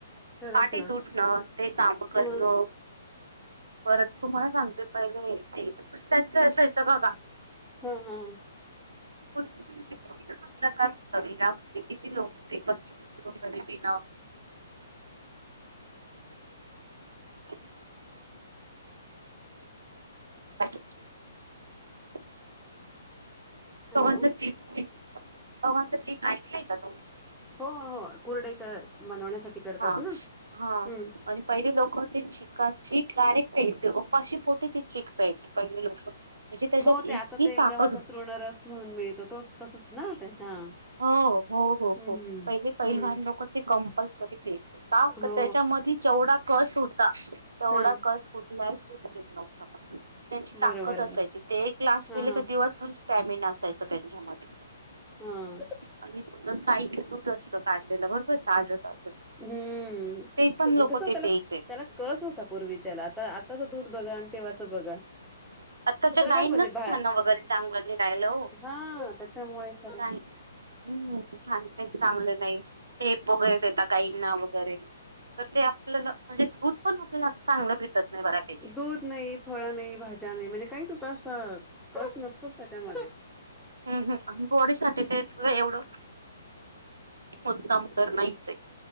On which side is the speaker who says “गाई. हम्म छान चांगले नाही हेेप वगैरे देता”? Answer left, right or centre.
Right